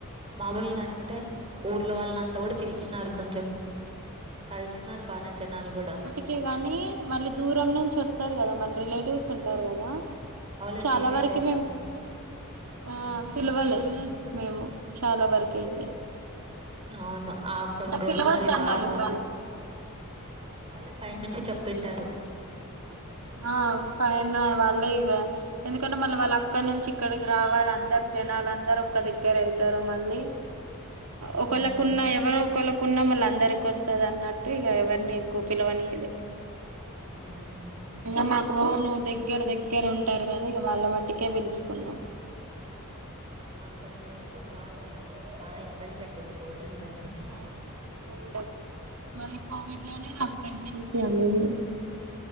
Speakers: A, on the right (about 25°); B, on the right (about 80°).
A: మామూలుగంతే ఊర్లో వాళ్ళంతా కూడా పిలిచినారు కొంచెం కలిసిననారు బానే జనాలు కూడా
B: ఓకేగాని మళ్ళీ దూరం నుంచి వస్తారు కదా మన రిలేటివ్స్ ఉంటారు కదా
A: అవులే
B: చాలా
A: వేరే
B: వరకి
A: దగ్గర
B: మేము
A: నుంచి. హ్మ్.
B: ఆ పిలవలే మేము చాలా వరకు అయితే
A: అవును ఆ కొన్ని రోజులు
B: పిలవద్దన్నారు
A: అది బాగా
B: వాళ్ళు.
A: అవులే పైన
B: హ్మ్.
A: నుంచి చెప్ పెట్టారు
B: ఆ పైన వాళ్ళే ఇగ ఎందుకంటే మళ్ళీ వాళ్ళు అక్కడ నుంచి ఇక్కడికి రావాలి అందరు జనాలు అందరు ఒక్క దగ్గర అయితారు మళ్ళీ ఒకళ్
A: హ్మ్.
B: కున్న ఎవరో ఒకళ్ళకున్నా మళ్ళ అందరికోస్ వస్తది అన్నట్టు ఇగ ఎవరిని ఎక్కువ పిలవనియలే
A: ఆ
B: ఇంకా మాకు ను దగ్గర దగ్గర ఉంటారు కదా ఇక వాళ్ళ మట్టుకే పిలుసుకున్నాం
A: ఆ కొన్ని రోజులు బాగా చానా ఇబ్బంది పెట్టింది కోవిడ్ అందరినీ
B: ఆ కోవిడ్ మరి కోవిడ్ లోనే నా ప్రెగ్నెన్సీ అనింది